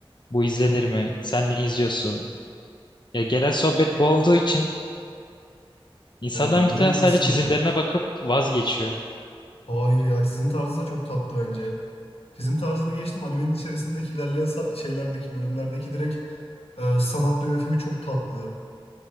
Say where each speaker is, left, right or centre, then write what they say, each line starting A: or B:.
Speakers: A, on the left; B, on the left.
A: bu
B: <laughs>
A: izlenir mi sen ne izliyorsun? Ya genel sohbet bu olduğu için insanlar
B: Ya bilmiyorum
A: muhtemelen sadece
B: aslında.
A: çizimlerine bakıp vazgeçiyor.
B: Hayır ya çizim tarzı da çok tatlı bence. Çizim tarzını geçtim. Animenin içerisindeki ilerleyen sa- şeylerdeki bölümlerdeki direkt e, sanat yönetimi çok tatlı.